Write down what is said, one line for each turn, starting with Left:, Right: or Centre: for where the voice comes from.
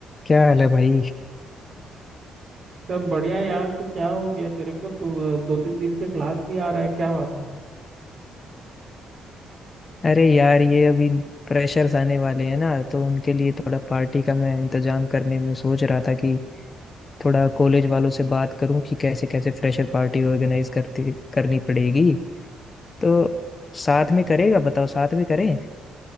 Left: क्या हाल है भाई
Right: सब बढ़िया है यार तू क्या हो गया तेरे को तू दो तीन दिन से क्लास नहीं आ रहा है क्या बात है
Left: अरे यार ये अभी प्रेशर्स आने वाले हैं ना तो उनके लिए थोड़ा पार्टी का मैं इंतजाम करने में सोच रहा था कि थोड़ा कॉलेज वालों से बात करूं कि कैसे कैसे फ्रेशर पार्टी ऑर्गेनाइज करती करनी पड़ेगी तो साथ में करेगा बताओ साथ में करें